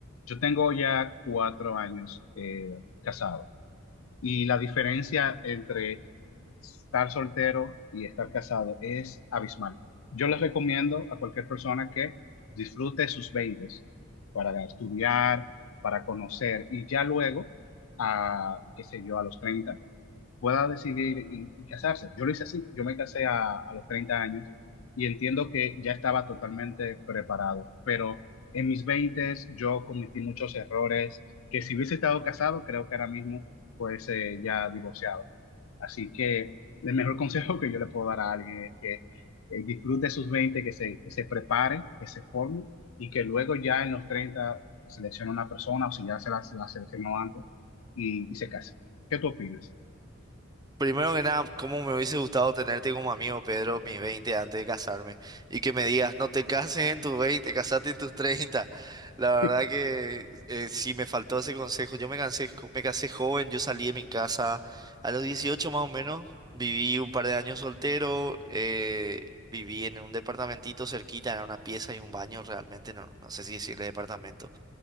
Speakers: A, on the left; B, on the right.
A: yo tengo ya cuatro años eh, casado y
B: Mm.
A: la diferencia entre estar soltero y estar casado es abismal. Yo les recomiendo a cualquier persona que disfrute sus 20 para estudiar, para conocer y ya luego, a, qué sé yo, a los 30 pueda decidir y, y casarse. Yo lo hice así, yo me casé a, a los 30 años y entiendo que ya estaba totalmente preparado, pero en mis 20 yo cometí muchos errores que si hubiese estado casado, creo que ahora mismo fuese ya divorciado. Así que el mejor <laughs> consejo que yo le puedo dar a alguien es que eh, disfrute sus 20, que se, que se prepare, que se forme y que luego ya en los 30 seleccione una persona o si ya se la, se la seleccionó antes y, y se case. ¿Qué tú opinas?
B: Primero que nada, cómo me hubiese gustado tenerte como amigo, Pedro, mis 20 antes de casarme. Y que me digas, no te cases en tus 20, casate en tus 30. La verdad
A: <laughs>
B: que eh, sí me faltó ese consejo. Yo me cansé, jo- me casé joven, yo salí de mi casa a los 18 más o menos. Viví un par de años soltero, eh, viví en un departamentito cerquita, era una pieza y un baño realmente, no, no sé si decirle departamento.